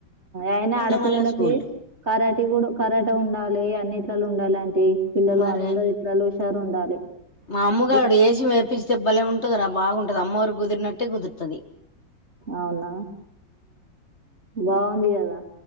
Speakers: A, on the right; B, on the left.
A: అయినా
B: ఇంగ
A: ఆడపిల్లలకి
B: మళ్ళా స్కూల్
A: కరాట కూడా కరాట ఉండాలి లే అన్నిట్లలో ఉండాలి అంటి పిల్లలు
B: మరే
A: అందరు ఇట్లలో హుషారు ఉండాలి
B: మా అమ్ముగాడు
A: ఇప్-
B: ఎసం ఎపిస్తే భలే ఉంటది రా బాగుంటది అమ్మారు కుదిరినట్టు ఇట్టే కుదుర్తది
A: అవునా బాగుంది కదా